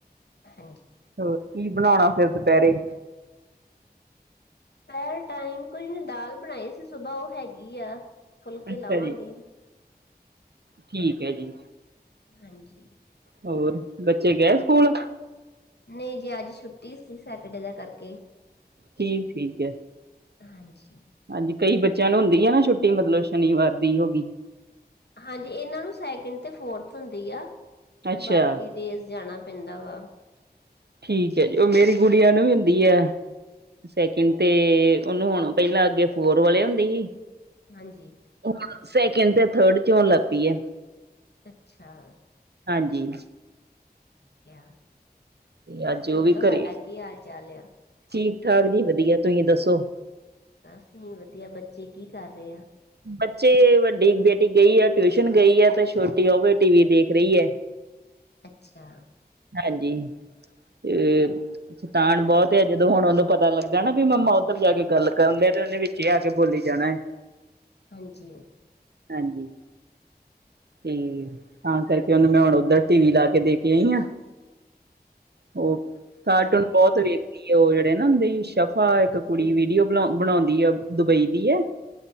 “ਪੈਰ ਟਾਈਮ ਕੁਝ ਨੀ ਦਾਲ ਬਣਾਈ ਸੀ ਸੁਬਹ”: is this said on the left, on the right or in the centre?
Left